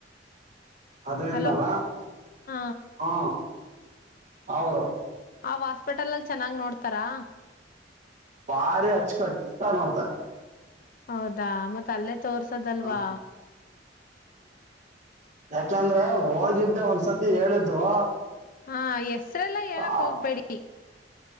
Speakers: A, on the right (about 45°); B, on the left (about 50°).
A: ಅದರಿಂದವಾ
B: ಹಲೋ ಹ
A: ಹಾ ಹೌರು
B: ಅವ ಹಾಸ್ಪಿಟಲ್ಲ್ಲಿ ಚೆನ್ನಾಗ್ ನೋಡ್ತಾರಾ
A: ಭಾರಿ ಅಚ್ಚಕಟ್ಟ ನೋಡ್ತಾರೆ
B: ಹೌದಾ ಮತ್ತ ಅಲ್ಲೆ ತೋರ್ಸದಲ್ವಾ
A: ಹ್ಮ್ ಯಾಕಂದ್ರೆ ಹೋಗಿದ್ದೆ ಒಂದ್ಸತಿ ಹೇಳಿದ್ರು
B: ಹಾ ಹೆಸ್ರಲ್ಲ ಹೇಳಕ್
A: ಆ,
B: ಹೋಗ್ಬೇಡಿ